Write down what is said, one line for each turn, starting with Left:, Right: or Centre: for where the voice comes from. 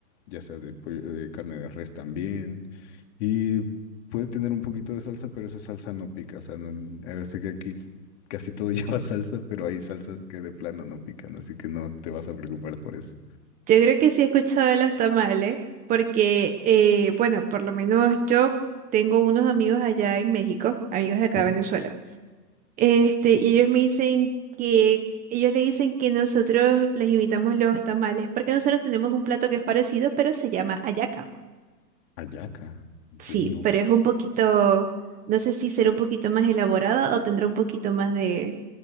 Left: ya sea de pollo- eh, carne de res también, y puede tener un poquito de salsa, pero esa salsa no pica, o sea, no, a veces que aquí casi todo <laughs> lleva salsa, pero hay salsas que de plano no pican, así que no te vas a preocupar por eso.
Right: Yo creo que sí he escuchado de los tamales, porque, eh, bueno, por lo menos yo tengo unos amigos allá en México, amigos de acá
Left: Sí.
Right: de Venezuela. Este, y ellos me dicen que, ellos le dicen que nosotros les invitamos los tamales, porque nosotros tenemos un plato que es parecido, pero se llama hallaca.
Left: Ayaca, ok,
Right: Sí,
Left: no.
Right: pero es un poquito, no sé si será un poquito más elaborada o tendrá un poquito más de,